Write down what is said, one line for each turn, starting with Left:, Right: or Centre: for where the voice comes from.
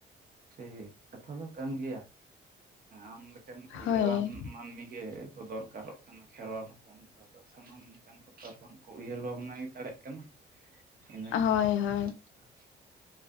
Right: ᱴᱷᱤᱠ ᱠᱟᱛᱷᱟ ᱫᱚ ᱠᱟᱱ ᱜᱮᱭᱟ ᱟᱢ ᱞᱮᱠᱟᱱ ᱩᱭᱦᱟᱹᱨ
Left: ᱦᱳᱭ
Right: ᱟᱱ ᱢᱟᱱᱢᱤ ᱜᱮ ᱠᱚ ᱫᱚᱨ ᱫᱚᱨᱠᱟᱨᱚᱜ ᱠᱟᱱᱟ ᱠᱷᱮᱨᱣᱟᱞ ᱦᱚᱯᱚᱱ ᱩᱱᱠᱩ ᱫᱚ ᱥᱟᱱᱟᱢ ᱞᱮᱠᱟᱱ ᱠᱚ ᱟᱨ ᱵᱟᱝᱠᱚ ᱩᱭᱦᱟᱹᱨ ᱵᱷᱟᱵᱽᱱᱟᱭ ᱫᱟᱲᱮᱭᱟᱜ ᱠᱟᱱᱟ, ᱤᱱᱟᱹᱜᱮ
Left: ᱦᱳᱭ
Right: ᱦᱩᱭᱩᱜ ᱠᱟᱱᱟ
Left: ᱦᱳᱭ
Right: ᱱᱚᱝᱠᱟᱱ,